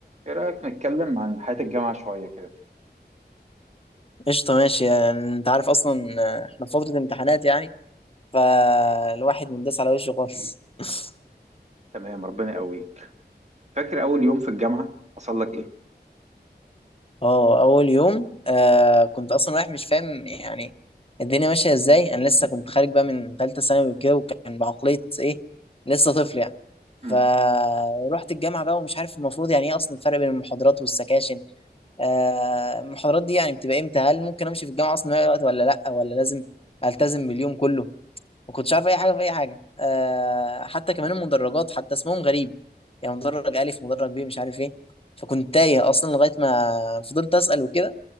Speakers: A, on the right; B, on the left.
A: ايه رأيك نتكلم عن حياة الجامعة شوية كده
B: قشطة ماشي يعني انت عارف اصلا احنا في فترة امتحانات يعني فالواحد منداس على وشه خالص <laughs>
A: تمام ربنا يقويك فاكر اول يوم في الجامعة حصل لك ايه
B: اه اول يوم آه كنت اصلا رايح مش فاهم يعني الدنيا ماشية ازاي انا لسه كنت خارج بقى من ثالثة ثانوي وكده وكان بعقلية ايه لسه طفل يعني فروحت
A: امم
B: الجامعة بقى ومش عارف المفروض يعني ايه اصلا الفرق بين المحاضرات والسكاشن آه المحاضرات دي يعني بتبقى امتى هل ممكن امشي في الجامعة اصلا من أي وقت ولا لا ولا لازم التزم باليوم كله ما كنتش عارف اي حاجه في اي حاجه آه حتى كمان المدرجات حتى اسمهم غريب يعني مدرج الف مدرج ب مش عارف ايه فكنت تايه اصلا لغايه ما فضلت اسال وكده